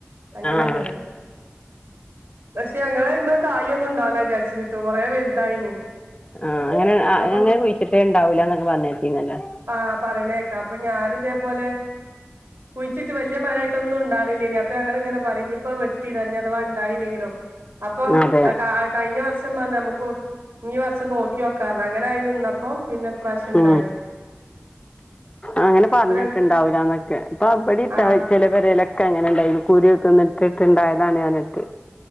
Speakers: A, on the right; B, on the left.
A: അങ്ങനെ
B: ആഹ്
A: ഇണ്ടായത പക്ഷെ ഞങ്ങള് ഇമ്മ കായ ഒന്നും ഇണ്ടാവില്ല ചരിച്ചിട്ടോ കൊറെ വലുതായിന്.
B: ആഹ് അങ്ങനെ
A: അപ്പൊ
B: അങ്ങനെ കുഴിച്ചിട്ടേ ഇണ്ടാവൂലന്നൊക്കെ പറഞ്ഞകേട്ടിനല്ലോ
A: ആഹ് പറയണേക്കാ അപ്പൊ ഞാനിതേപോലെ കുഴിച്ചിട്ട് വലിയ മരമായിട്ട ഒന്നും ഉണ്ടാണില്ലേ ഇനി അപ്പൊ ഞങ്ങ ഇങ്ങനെ പറഞ്ഞ ഇപ്പ വെട്ടി ഇടഞ്ഞ അഥവാ ഉണ്ടായില്ലെങ്കിലോ. അപ്പൊ
B: അതെ
A: കഴിഞ്ഞ വർഷം പറഞ്ഞ നമുക്ക് ഈ വർഷം നോക്കി നോക്കാന്ന് അങ്ങനെ നിന്നപ്പോ പിന്നെ ഇപ്രാവശ്യം ഇണ്ടായി
B: ഉ അങ്ങനെ പറഞ്ഞിട്ടുണ്ടാവലന്നൊക്കെ.
A: ആഹ്
B: ബ്ടിം
A: ആഹ്
B: ചില പരലൊക്കെ അങ്ങനെ ഉണ്ടായിത് കുര്യ തന്നി ഇട്ട്ണ്ടായതാണ് ഞാനിട്ട്.